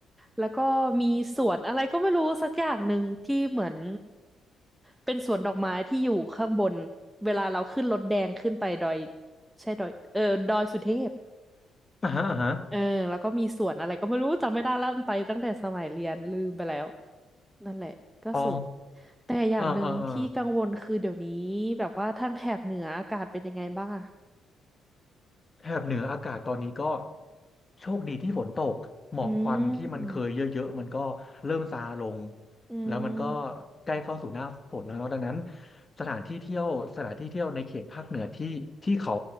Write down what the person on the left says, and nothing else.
อ่าฮะอ่าฮะ
อ๋อ
เออเออเออ แถบเหนืออากาศตอนนี้ก็โชคดีที่ฝนตกหมอกควันที่มันเคยเยอะๆมันก็เริ่มซาลง
แล้วมันก็ใกล้เข้าสู่หน้าฝนแล้วเนาะดังนั้นสถานที่เที่ยวสถานที่เที่ยวในเขตภาคเหนือที่ที่เขา